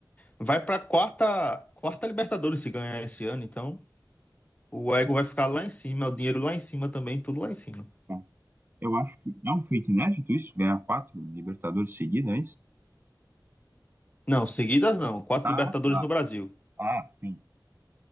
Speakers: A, on the left; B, on the right.
A: vai pra quarta, quarta Libertadores se ganhar esse ano, então. O ego vai ficar lá em cima, o dinheiro lá em cima também, tudo lá em cima.
B: É. Eu acho que é um feito inédito isso, ganhar quatro Libertadores seguidas, é isso?
A: Não, seguidas não. Quatro
B: Ah,
A: Libertadores
B: tá.
A: no Brasil.
B: Ah, sim.